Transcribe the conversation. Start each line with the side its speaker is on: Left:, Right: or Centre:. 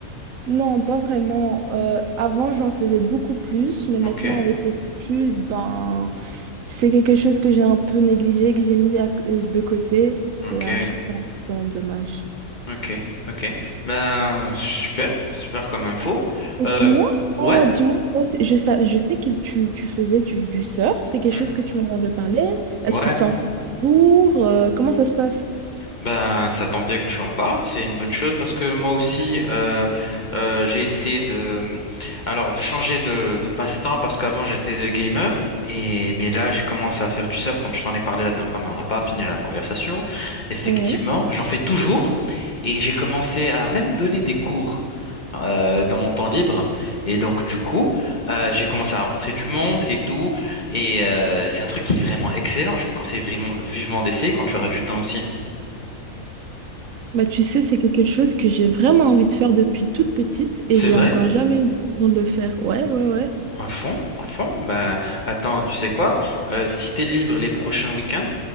Right: Non, pas vraiment. Euh, avant, j'en faisais beaucoup plus, mais maintenant,
Left: Ok,
Right: avec les études, ben, c'est quelque chose que j'ai un peu négligé, que j'ai mis à- euh, de côté,
Left: ok,
Right: et euh, je trouve ça un peu quand même dommage.
Left: ok, ok. Ben, super, super comme info.
Right: Et
Left: Euh,
Right: dis-moi, toi,
Left: Ouais,
Right: dis-moi, toi, t- je, sa- je sais que tu, tu faisais du, du surf, c'est quelque
Left: Mm.
Right: chose que tu m'en avais parlé. Est-ce
Left: Ouais,
Right: que tu en fais toujours? Euh, comment ça se passe?
Left: Ben, ça tombe bien que tu en parles, c'est une bonne chose parce que moi aussi, euh, euh, j'ai essayé de, alors, de changer de, de passe-temps parce qu'avant j'étais gamer et mais là j'ai commencé à faire du surf comme je t'en ai parlé la dernière fois, mais on n'a pas fini la conversation. Effectivement,
Right: Ouais.
Left: j'en fais toujours et j'ai commencé à même donner des cours. euh, dans mon temps libre et donc du coup euh, j'ai commencé à rencontrer du monde et tout et euh, c'est un truc qui est vraiment excellent je te conseille vraiment vivement d'essayer quand tu auras du temps aussi
Right: Bah, tu sais, c'est quelque chose que j'ai vraiment envie de faire depuis toute petite
Left: C'est
Right: et j'ai
Left: vrai?
Right: encore jamais eu l'occasion de le faire. Ouais, ouais, ouais.
Left: un fond, un fond. Bah, attends, tu sais quoi? Euh, si t'es libre les prochains week-ends,